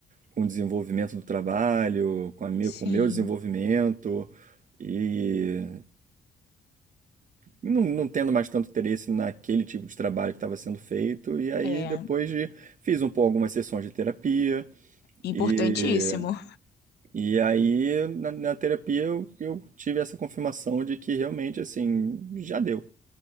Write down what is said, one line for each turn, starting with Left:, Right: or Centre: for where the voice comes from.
Right: com o desenvolvimento do trabalho, com a minha,
Left: Sim,
Right: com o meu desenvolvimento e não, não tendo mais tanto interesse naquele tipo de trabalho que estava sendo feito. E aí
Left: é
Right: depois de, fiz um pouco algumas sessões de terapia,
Left: importantíssimo.
Right: e, e aí, na, na terapia, eu, eu tive essa confirmação de que realmente, assim, já deu,